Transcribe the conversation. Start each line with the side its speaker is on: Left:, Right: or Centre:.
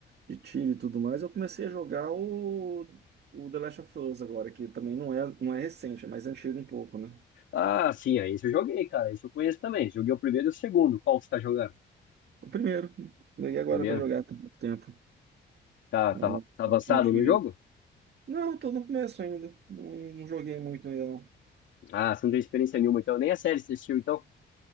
Right: de tiro e tudo mais, eu comecei a jogar o, o The Last of Us agora, que também não é, não é recente, é mais antigo um pouco, né?
Left: Ah, sim, aí esse eu joguei, cara. Esse eu conheço também. Joguei o primeiro e o segundo. Qual que você tá jogando?
Right: O primeiro, peguei agora
Left: Primeiro?
Right: pra jogar por pouco tempo.
Left: Tá,
Right: né?
Left: tá,
Right: Não,
Left: tá avançado
Right: não tinha.
Left: no jogo?
Right: Não, tô no começo ainda. Não, não joguei muito ainda, não.
Left: Ah, você não tem experiência nenhuma, então. Nem a série você assistiu, então?